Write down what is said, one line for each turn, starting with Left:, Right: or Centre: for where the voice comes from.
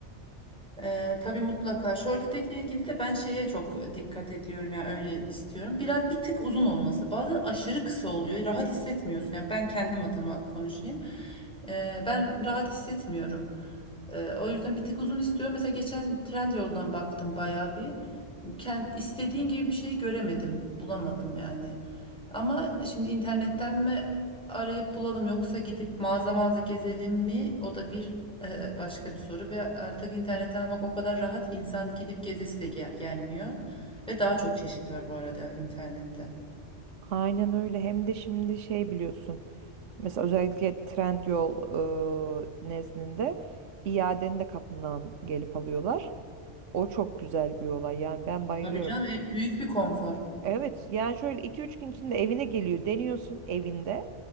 Centre: Ee, tabii mutlaka. Short etekle ilgili de ben şeye çok dikkat ediyorum yani öyle istiyorum. Biraz bir tık uzun olması. Bazen aşırı kısa oluyor. Rahat hissetmiyorsun. Yani ben kendim adıma konuşayım. Ee, ben rahat hissetmiyorum. Ee, o yüzden bir tık uzun istiyorum. Mesela geçen Trendyol'dan baktım bayağı bir. Kend, istediğim gibi bir şey göremedim. Bulamadım yani. Ama şimdi internetten mi arayıp bulalım yoksa gidip mağaza mağaza gezelim mi? O da bir ee, başka bir soru ve artık internetten almak o kadar rahat ki insan gidip gezesi de gel- gelmiyor. Ve daha çok çeşit var bu arada internette.
Right: Aynen öyle. Hem de şimdi şey biliyorsun. Mesela özellikle Trendyol yol nezdinde iadeni de kapından gelip alıyorlar. O çok güzel bir olay. Yani ben bayılıyorum.
Centre: Tabii canım e, büyük bir konfor.
Right: Evet yani şöyle iki üç gün içinde evine geliyor. Deniyorsun evinde.